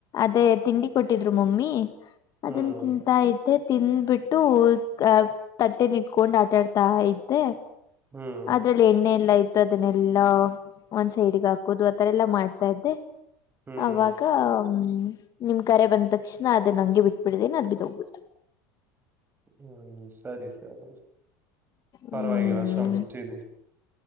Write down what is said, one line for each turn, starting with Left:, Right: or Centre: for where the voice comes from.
Left: ಅದೇ ತಿಂಡಿ ಕೊಟ್ಟಿದ್ರು ಮಮ್ಮಿ
Right: ಹ್ಮ್
Left: ಅದನ್ ತಿಂತಾ ಇ ಮತ್ತೆ ತಿಂದ್ಬಿಟ್ಟು ಅ ತಟ್ಟೆ ನಿಟ್ಕೊಂಡು ಆಟಾಡ್ತಾ ದ್ದೆ
Right: ಹ್ಮ್
Left: ಅದ್ರಲ್ಲಿ ಎಣ್ಣೆ ಎಲ್ಲ ಇತತ್ತು ಅದನ್ನೆಲ್ಲಾ ಒಂದ್ ಸೈಡ್ಗೆ ಹಾಕೋದು ಆತರ ಎಲ್ಲಾ ಮಾಡ್ತಾ ಇದ್ದೆ
Right: ಹ್ಮ್
Left: ಅವಾಗ ಹ್ಮ್ ನಿಮ್ ಕರೆ ಬಂದ ತಕ್ಷಣ ಅದ ನಂಗೆ ಬಿಟ್ಬಿಡ್ದೆೇನ ಅ್ ಬಿ ತೋಗ್ಬಿಡ್ತು
Right: ಹ್ಮ್ ಸರಿ ಸರಿ <inaudible> <unintelligible> ಪರ್ವಾಗಿವಾಗಿಗಲ್ಲ
Left: ಹ್ಮ್
Right: ಶಶ